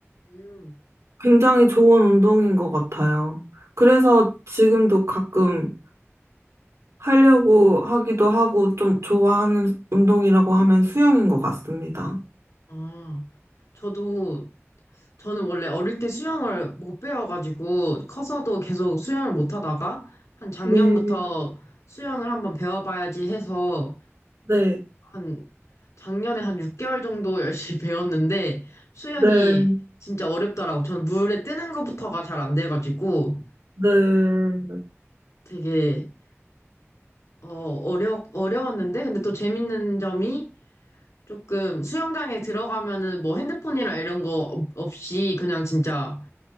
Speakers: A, on the left; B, on the right.
A: 음.
B: 굉장히 좋은 운동인 것 같아요. 그래서 지금도 가끔 하려고 하기도 하고 좀 좋아하는 운동이라고 하면 수영인 것 같습니다.
A: 아, 저도, 저는 원래 어릴 때 수영을 못 배워가지고, 커서도 계속 수영을 못 하다가, 한 작년부터
B: 네.
A: 수영을 한번 배워봐야지 해서,
B: 네.
A: 한, 작년에 한 6개월 정도 열심히 <laughs> 배웠는데, 수영이
B: 네,
A: 진짜 어렵더라고. 저는 물에 뜨는 것부터가 잘 안 돼가지고,
B: 네.
A: 되게, 어, 어려, 어려웠는데, 근데 또 재밌는 점이, 조금 수영장에 들어가면은 뭐 핸드폰이나 이런 거 없- 없이 그냥 진짜